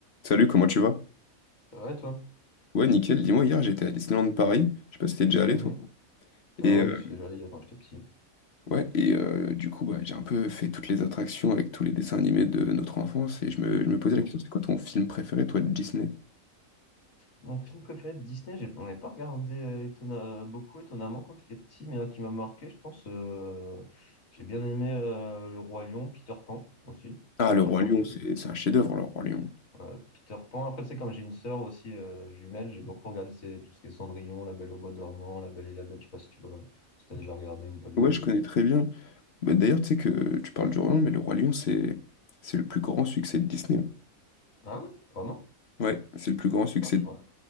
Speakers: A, on the left; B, on the left.
A: Salut, comment tu vas?
B: C'est vrai, toi?
A: Ouais, nickel. Dis-moi, hier j'étais à Disneyland Paris. Je sais pas si t'es déjà allé
B: Mhm.
A: toi.
B: Ah
A: Et
B: ouais,
A: euh,
B: j'y suis déjà allé quand j'étais petit.
A: ouais, et euh, du coup, bah, j'ai un peu fait toutes les attractions avec tous les dessins animés de notre enfance et je me, je me posais
B: Mhm.
A: la question, c'est quoi ton film préféré, toi, de Disney?
B: Mon film préféré de Disney, j'ai- on l'avait pas regardé euh, étonna- beaucoup étonnamment quand j'étais petit, mais un qui m'a marqué, je pense, euh, j'ai bien aimé euh, Le Roi Lion, Peter Pan aussi.
A: Ah,
B: Peter
A: Le Roi
B: Pan,
A: Lion,
B: j'ai...
A: c'est c'est un chef-d'œuvre, Le Roi Lion.
B: ouais, Peter Pan. Après, c'est comme j'ai une sœur aussi euh, jumelle, j'ai beaucoup regardé c'est tout ce qui est Cendrillon, La Belle au bois dormant, La Belle et la Bête, je sais pas si tu vois, si t'as déjà regardé ou pas du
A: Ouais,
B: tout.
A: je connais très bien. Bah, d'ailleurs, tu sais que tu parles du Roi Lion, mais Le Roi Lion, c'est c'est le plus grand succès de Disney. hein.
B: Ah oui, vraiment?
A: Ouais, c'est le plus grand succès.
B: Ah, je- J'aurais